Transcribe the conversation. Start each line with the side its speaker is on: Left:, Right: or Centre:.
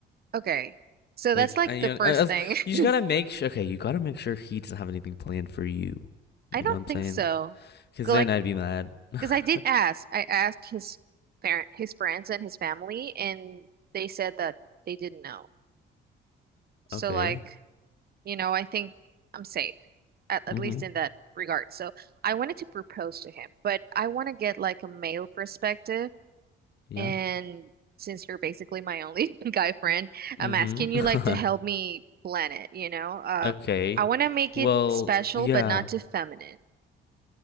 Right: Okay, so
Left: like.
Right: that's like
Left: I, you,
Right: the
Left: know,
Right: first
Left: as,
Right: thing.
Left: you just
Right: <laughs>
Left: gotta make sure. Okay, you gotta make sure he doesn't have anything planned for you. You
Right: I don't
Left: know what I'm
Right: think
Left: saying?
Right: so.
Left: Because
Right: Like,
Left: then I'd be mad. <laughs> mm-hmm.
Right: Because I did ask. I asked his parent, his friends and his family, and they said that they didn't know. So
Left: Okay.
Right: like, you know, I think I'm safe, at, at
Left: Mm-hmm.
Right: least in that regard. So I wanted to propose to him, but I want to get like a male perspective.
Left: Yeah.
Right: And since you're basically my only <laughs> guy friend, I'm
Left: Mm-hmm.
Right: asking you
Left: <laughs>
Right: like to help me plan it, you know? Um,
Left: Okay.
Right: I want to make
Left: Well,
Right: it special,
Left: yeah.
Right: but not too feminine.